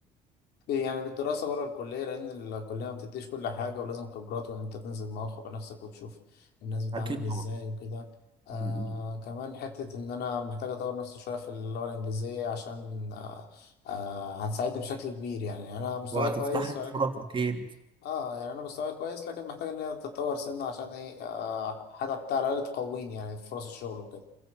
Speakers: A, on the left (about 75°); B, on the right (about 30°).
A: يعني الدراسة بره الكلية لأن الكلية ما بتديش كل حاجة ولازم خبرات وإن أنت تنزل مواقع بنفسك وتشوف الناس بتتعامل
B: اكيد
A: إزاي
B: طبعا
A: وكده آه
B: مم.
A: كمان حتة إن أنا محتاج أطور نفسي شوية في اللغة الإنجليزية عشان آه آه هتساعدني بشكل كبير يعني يعني أنا مستواي
B: وهتفتح
A: كويس
B: لك
A: ولكن
B: فرص اكيد
A: اه يعني انا مستواي كويس لكن محتاج ان هي تتطور سنة عشان ايه آه حتى على الاقل تقويني يعني في فرص الشغل وكده